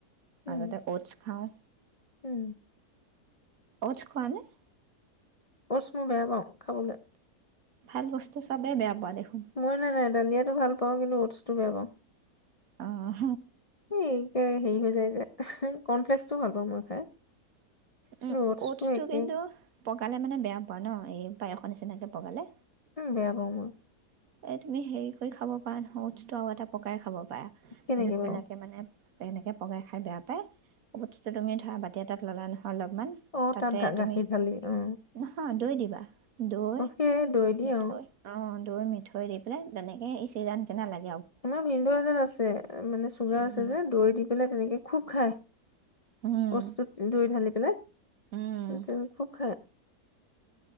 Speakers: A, on the left; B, on the right.
A: উম,
B: আগতে অ'টছ খাওঁ।
A: উম।
B: অটছ খোৱানে?
A: অটছ মই বেয়া পাওঁ খাবলে।
B: ভাল বস্তু চবেই বেয়া পোৱা দেখোন
A: মই নাই নাই দালিয়াটো ভাল পাওঁ কিন্তু উ'টছ টো বেয়া পাওঁ।
B: অঁ
A: সেই কে হেৰি হৈ যায় যে। কৰ্ণফ্লেক্সটো ভাল পাওঁ মই খাই। কিন্তু
B: উম।
A: অটছটো
B: উ'টছটো
A: একে
B: কিন্তু পগালে মানে বেয়া পোৱা ন এ পায়সৰ নিচিনাকে পগালে?
A: উম বেয়া মই।
B: এ তুমি হেৰি কৰি খাব পাৰা নহয় উ'টছটো আৰগতে পকাই খাব পায়া
A: কেনেকে
B: জিববিলাকে
A: বাৰু?
B: মানে এনেকে পগাই খাই বেয়া পাই বস্তুটো তুমি ধৰা বাতি এটাত ল'লা নহ অলপমান
A: অ'
B: তাতে
A: তাত ধা- গাখীৰ
B: তুমি
A: ঢালি অ'
B: নহয় দৈ দিবা। দৈ,
A: অ' সেই দৈ দি
B: মিঠৈ
A: অ'।
B: অ' দৈ মিঠৈ। দৈ দি পেলাই তেনেকে এই <unintelligible> লাগ
A: আমাৰ ভিনদেও এজন আছে মানে চুগাৰ
B: উম,
A: আছে যে দৈ দি পেলাই তেনেকে খুব খাই
B: উম,
A: বস্তুত দৈ ঢালি পেলাই <unintelligible>
B: উম,
A: খুব খায়।